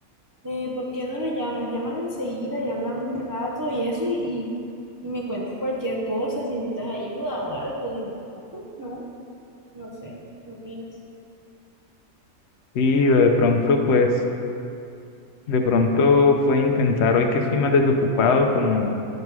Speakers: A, on the right; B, on the left.
A: eh, ¿por qué no lo llamas? Llámala enseguida y hablan un rato y eso y, y- y me cuentas cualquier cosa, si necesitas ayuda o algo. Digo, no, pues no, no sé. ¿Qué opinas?
B: Y de pronto, pues, de pronto puede intentar hoy que estoy más desocupado, como